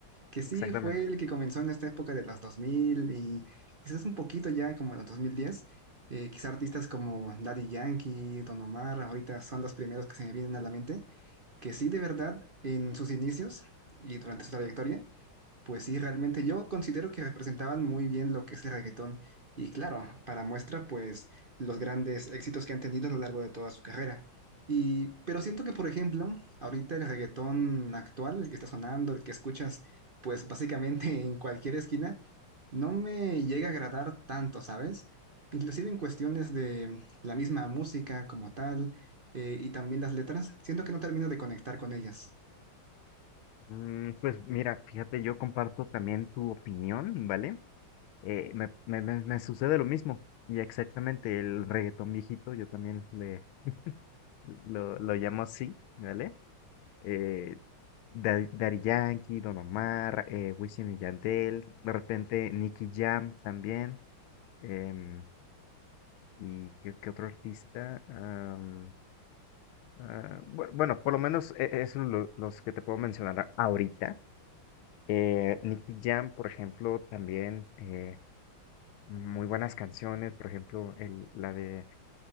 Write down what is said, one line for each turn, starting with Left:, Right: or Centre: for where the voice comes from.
Right: que sí
Left: exactamente?
Right: fue el que comenzó en esta época de los 2000 y quizás un poquito ya como en los 2010. Eh, quizás artistas como Daddy Yankee, Don Omar, ahorita son los primeros que se me vienen a la mente, que sí, de verdad, en sus inicios y durante su trayectoria, Pues sí, realmente yo considero que representaban muy bien lo que es el reggaetón. Y claro, para muestra, pues los grandes éxitos que han tenido a lo largo de toda su carrera. Y, pero siento que, por ejemplo, ahorita el reggaetón actual, el que está sonando, el que escuchas, pues básicamente <laughs> en cualquier esquina, no me llega a agradar tanto, ¿sabes? Inclusive en cuestiones de la misma música como tal, eh, y también las letras, siento que no termino de conectar con ellas.
Left: Mm, pues mira, fíjate, yo comparto también tu opinión, ¿vale? Eh, me, me, me- me sucede lo mismo, y exactamente el reggaetón viejito, yo también le, lo, lo llamo así, ¿vale? eh, Da- Daddy Yankee, Don Omar, eh, Wisin y Yandel, de repente Nicky Jam también, em, y qué, qué otro artista, Am, ah, bu- bueno, por lo menos e- es lo- los que te puedo mencionar a- ahorita. Eh, Nicky Jam, por ejemplo, también eh, muy buenas canciones, por ejemplo, el, la de